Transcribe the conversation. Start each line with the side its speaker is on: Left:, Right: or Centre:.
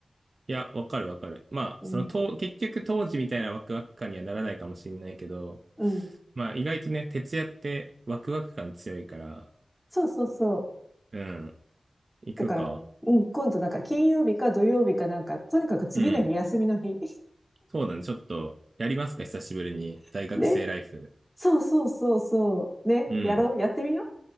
Right: いや、わかるわかる。まあ、
Centre: うん。
Right: その、と、結局当時みたいなワクワク感にはならないかもしれないけど、
Centre: うん。
Right: まあ、意外とね、徹夜ってワクワク感強いから、
Centre: そうそうそう。
Right: うん、行くか。
Centre: だから、うん、今度なんか金曜日か土曜日かなんか、とにかく次の日休みの日。
Right: うん。そうだね、ちょっと、やりますか、久しぶりに。
Centre: <laughs>
Right: 大学生ライフ。
Centre: ね。そうそうそうそう。ね。
Right: うん。
Centre: やろう。やってみよ